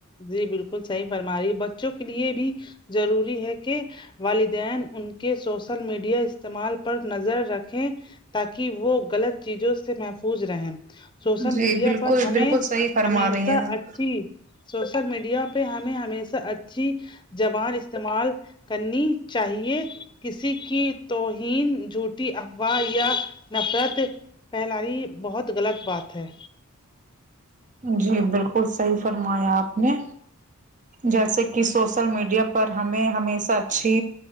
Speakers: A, on the left (about 20°); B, on the right (about 35°).
A: جی بالکل صحیح فرما رہی ہے بچوں کے لیے بھی ضروری ہے کہ والدین ان کے سوشل میڈیا استعمال پر نظر رکھیں تاکہ وہ غلط چیزوں سے محفوظ رہے سوشل
B: جی
A: میڈیا
B: بالکل
A: پر ہمیں
B: بالکل صحیح فرما
A: ہمیشہ
B: رہی ہیں آپ
A: اچھی سوشل میڈیا پہ ہمیں ہمیشہ اچھی زبان استعمال کرنی چاہیے کسی کی توہین جھوٹی افواہ یا نفرت پہلااری بہت غلط بات ہے
B: جی بالکل صحیح فرمایا آپ نے جیسے کہ سوشل میڈیا پر ہمیں ہمیشہ اچھی